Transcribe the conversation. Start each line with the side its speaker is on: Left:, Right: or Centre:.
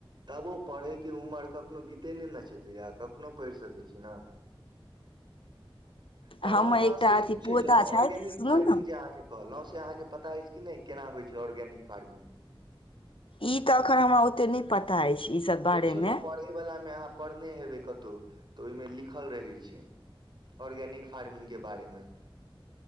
Right: तबो पढ़यके उमर कखनो बीते नहि न छै भैया कखनो पढ़ि सकै छी न तब
Left: हमर
Right: हम अहाँसँ
Left: एकटा
Right: ई
Left: अथी
Right: पूछै
Left: पोता
Right: छलहुँ
Left: छथि
Right: ऑर्गेनिक
Left: सुनू
Right: फार्मिंग
Left: ने
Right: जे अहाँके कहलहुँं से अहाँके पता अछि कि नहि कि केना होइ छै ऑर्गेनिक फार्मिंग
Left: ई त अखन हमरा ओते पता अइछ ई सब बारे
Right: देखियौ ने
Left: मे
Right: पढ़ैवलामे अहाँ पढ़ने हेबै कतहु तऽ ओहिमे लिखल रहैत छै ऑर्गेनिक फार्मिंग के बारेमे